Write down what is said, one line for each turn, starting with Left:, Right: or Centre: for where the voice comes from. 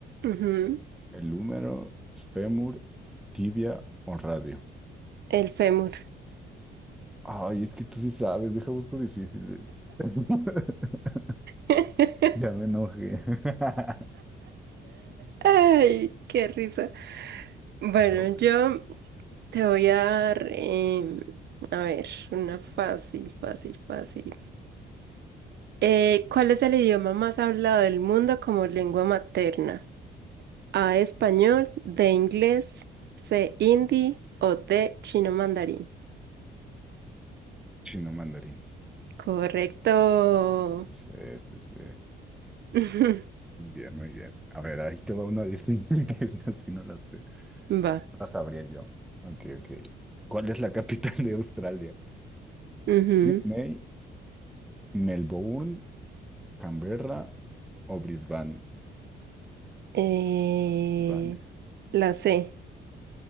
Right: Ujú,
Centre: ¿El húmero, fémur, tibia o radio?
Right: El fémur.
Centre: Ay, es que tú sí sabes, deja busco difíciles. <laughs>
Right: <laughs>
Centre: Ya me enojé. <laughs>
Right: Ay, qué risa. Bueno,
Centre: Pobre
Right: yo te voy a dar, em, a ver, una fácil, fácil, fácil. Eh, ¿cuál es el idioma más hablado del mundo como lengua materna? A español, de inglés, C hindi o D chino mandarín.
Centre: Chino mandarín.
Right: Correcto.
Centre: Sí, sí, sí.
Right: <laughs>
Centre: Muy bien, muy bien. A ver, ahí te va una difícil <laughs> que es así, no la sé. No
Right: Va.
Centre: la sabría yo. Ok, ok. ¿Cuál es la capital de Australia?
Right: Ujú.
Centre: ¿Sydney, Melbourne, Canberra o Brisbane.
Right: Eh,
Centre: Brisbane.
Right: la C.